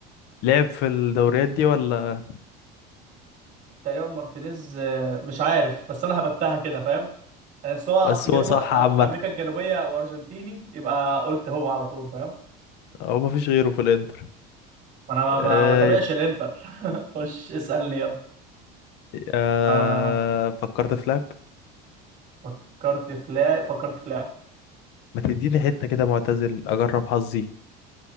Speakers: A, on the left; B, on the right.
A: لعب في الدوريات دي ولا
B: تقريبا مارتينيز آه، مش عارف بس أنا هبتها كده فاهم يعني أصل هو أصل
A: بس هو
B: جنوب
A: صح
B: آه،
A: عامة
B: أمريكا الجنوبية وأرجنتيني يبقى قلت هو على طول فاهم
A: هو مفيش غيره في الانتر
B: ما انا ما
A: اي
B: ما بتابعش الانتر <laughs> خش اسألني يلا
A: آه...
B: آه
A: فكرت في لعب
B: فكرت في لاعب فكرت في لاعب
A: ما تديني حتة كده معتزل اجرب حظي